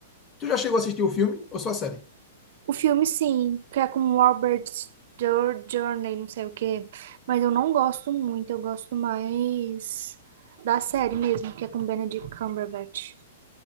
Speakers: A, on the left; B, on the right.
A: Tu já chegou a assistir o filme ou só a série?
B: o filme sim, que é com o Robert Jor- Journey, não sei o quê. Mas eu não gosto muito, eu gosto mais da série mesmo, que é com Benedict Cumberbatch.